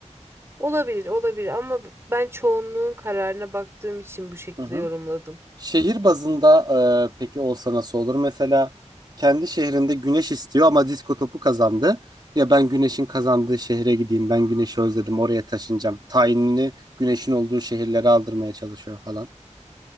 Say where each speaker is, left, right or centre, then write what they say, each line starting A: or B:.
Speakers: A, on the right; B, on the right.
A: Olabilir, olabilir ama ben çoğunluğun kararına baktığım için bu şekilde
B: Hı hı.
A: yorumladım.
B: Şehir bazında e, peki olsa nasıl olur? Mesela kendi şehrinde güneş istiyor ama disko topu kazandı. Ya ben güneşin kazandığı şehre gideyim, ben güneşi özledim, oraya taşınacağım. Tayinini güneşin olduğu şehirlere aldırmaya çalışıyor falan.